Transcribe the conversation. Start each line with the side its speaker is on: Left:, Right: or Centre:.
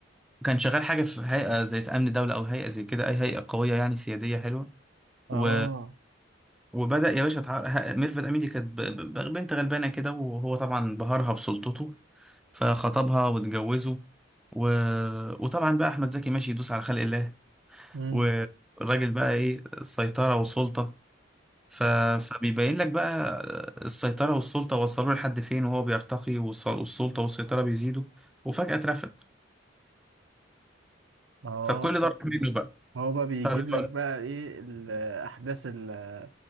Centre: كان شغال حاجه في هيئه زي امن دوله او هيئه زي كده اي هيئه قويه يعني سياديه حلوه
Right: اه
Centre: و... وبدا يا باشا تع... ه- ميرفت امين دي كانت ب... ب- بنت غلبانه كده وهو طبعا بهرها بسلطته فخطبها واتجوزه و... وطبعا بقى احمد زكي ماشي يدوس على خلق الله
Right: امم
Centre: والراجل بقى ايه سيطرة وسلطة ف... فبيبين لك بقى السيطرة والسلطة وصلوا لحد فين وهو بيرتقي والس- والسلطة والسيطرة بيزيدوا وفجأة اترفد
Right: اه
Centre: فكل ده راح منه بقى
Right: هو بقى بيجيب
Centre: فبيبقى-
Right: لك بقى ايه الاحداث ال-